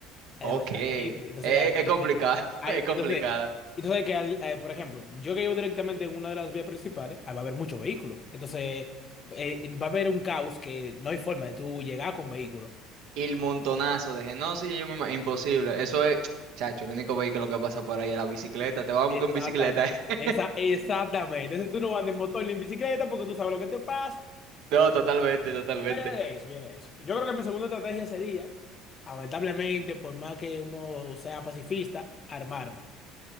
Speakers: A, on the left; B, on the right.
A: Hay
B: Ok.
A: demasiada
B: Eh,
A: gente. Entonces,
B: eh,
A: al-
B: es complicado, <laughs>
A: hay-
B: es complicado.
A: entonces, entonces que al- eh, por ejemplo, yo que vivo directamente en una de las vías principales, ah, va a haber muchos vehículos. Entonces, eh, va a haber un caos que no hay forma de tú llegar con vehículos.
B: Y el montonazo de gente. No, sí, yo me ima- Imposible. Eso es, <tsk> chacho, el único vehículo que pasa por ahí es la bicicleta. Te vamos
A: Exactamente.
B: con bicicleta. <laughs>
A: Esa, exactamente. Entonces tú no andas en motor ni en bicicleta porque tú sabes lo que te pasa.
B: No, totalmente, totalmente.
A: Yo de eso, yo era de eso. Yo creo que mi segunda estrategia sería, lamentablemente, por más que uno sea pacifista, armarme.